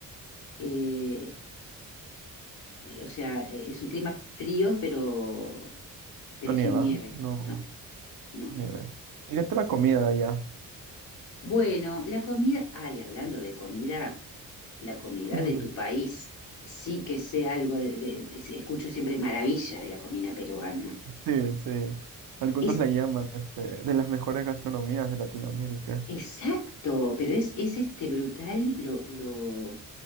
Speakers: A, on the left; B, on the right.
A: eh, o sea, eh, es un clima frío, pero, pero
B: No nieva,
A: sin nieve.
B: no
A: No, no.
B: sí nieve. ¿Y qué tal la comida allá?
A: Bueno, la comida, ay, hablando de comida, la comida
B: <laughs>
A: de tu país, sí que sé algo, de, de- escucho siempre maravillas de la comida peruana.
B: Sí, sí. Algunos
A: Es
B: la llaman este, de las mejores gastronomías de Latinoamérica.
A: exacto, pero es, es este brutal lo, lo